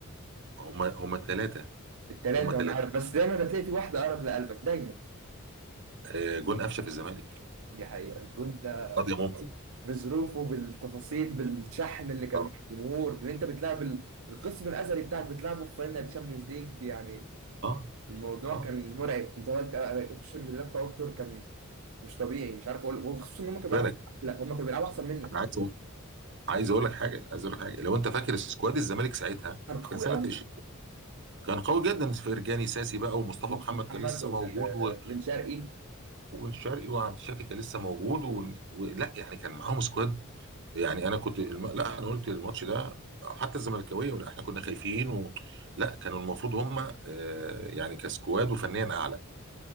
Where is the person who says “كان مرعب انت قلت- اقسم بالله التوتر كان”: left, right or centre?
Right